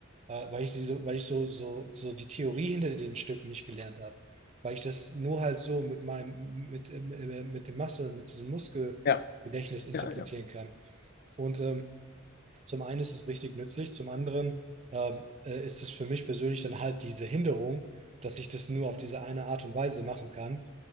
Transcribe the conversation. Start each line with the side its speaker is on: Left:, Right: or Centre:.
Right: äh, weil ich sie so, weil ich so, so, so die Theorie hinter den Stücken nicht gelernt habe. Weil ich das nur halt so mit meinem, mit, äh, mit dem Muscle, mit diesem Muskelgedächtnis
Left: Ja.
Right: interpretieren
Left: Ja, ja.
Right: kann. Und ähm, zum einen ist es richtig nützlich, zum anderen ähm, äh, ist es für mich persönlich dann halt diese Hinderung, dass ich das nur auf diese eine Art und Weise machen kann